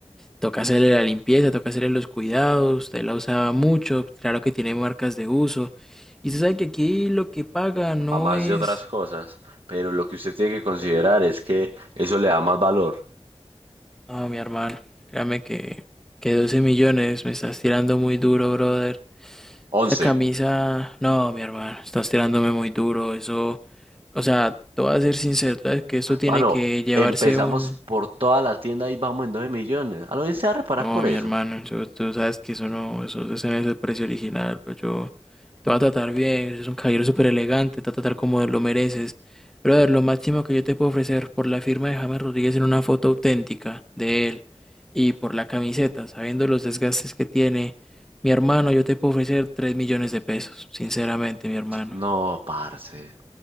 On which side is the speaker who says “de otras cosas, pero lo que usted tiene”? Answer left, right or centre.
Right